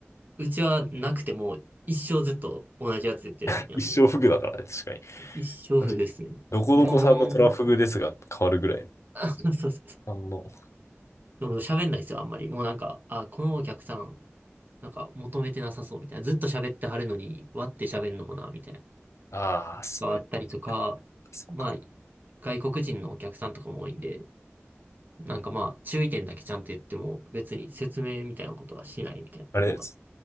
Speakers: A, on the right; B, on the left.
A: うちはなくても、一生ずっと同じやつ言ってるだけなんで、
B: <laughs> 一生フグだからね、確かに。
A: 一生不遇ですね。
B: 確かに。どこどこさんのトラフグですが変わるぐらい。
A: でももう、<laughs> あそうそうそう。
B: あの、
A: でも喋んないですよ、あんまり。もうなんか、あ、このお客さん、なんか求めてなさそうみたいな。ずっと喋ってはるのに、割って喋んのもな、みたいな。
B: ああ、そうや、
A: があったりとか、
B: そうか。
A: まあ、外国人のお客さんとかも多いんで、なんかまあ、注意点だけちゃんと言っても、別に説明みたいなことはしないみたいな方が、
B: あれです。